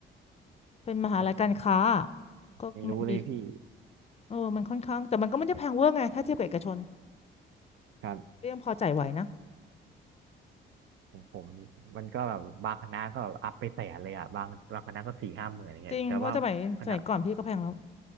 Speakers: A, on the left; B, on the right.
A: เป็นมหาลัยการค้าอะ
B: ผม
A: ก็มันมี
B: ไม่รู้เลยพี่
A: เออมันค่อนข้างแต่มันก็ไม่ได้แพงเวอร์ไงถ้าเทียบกับเอกชน
B: ครับ
A: ก็ยังพอจ่ายไหวนะ
B: ผมผมมันก็แบบบางคณะก็อัพไปแสนเลยอ่ะบางบางคณะก็สี่ห้าหมื่นอะไรเงี้ยแต่ว่าคณะ
A: จริงเพราะสมัยสมัยก่อนพี่ก็แพงแล้ว